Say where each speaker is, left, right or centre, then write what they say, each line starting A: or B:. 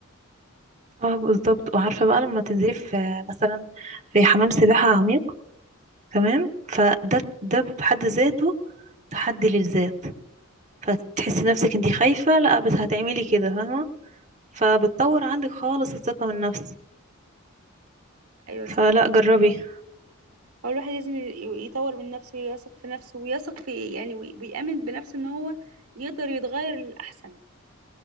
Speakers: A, on the right (about 35°); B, on the right (about 85°).
A: اه بالظبط وعارفة بقى لما تنزلي في مثلا في حمام سباحة عميق تمام فده ده بحد ذاته تحدي للذات فتحسي نفسك انتي خايفة لا بس هتعملي كده فاهمة فبتطور عندك خالص الثقة من النفس
B: أيوة
A: فلا
B: صح
A: جربي
B: هو الواحد لازم ي- يطور من نفسه ويثق في نفسه ويثق في يعني وي- ويأمن بنفسه إن هو يقدر يتغير للأحسن